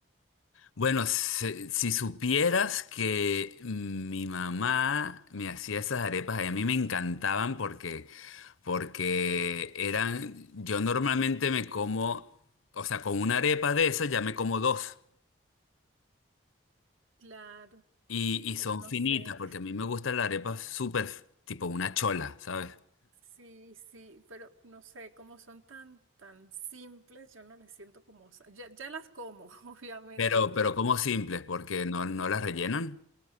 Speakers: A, on the left (about 80°); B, on the right (about 80°).
A: Bueno, se- si, supieras que mi mamá me hacía esas arepas, y a mí me encantaban porque, porque eran, yo normalmente me como, o sea, con una arepa de esas ya me como dos.
B: Claro,
A: Y, y
B: pero
A: son
B: no
A: finitas,
B: sé.
A: porque a mí me gustan las arepas súper, f- tipo una chola, ¿sabes?
B: Sí, sí, pero no sé, como son tan, tan simples, yo no les siento como, sa- ya, ya las como, <laughs> obviamente,
A: Pero,
B: pero
A: pero como simples, porque no, no las rellenan.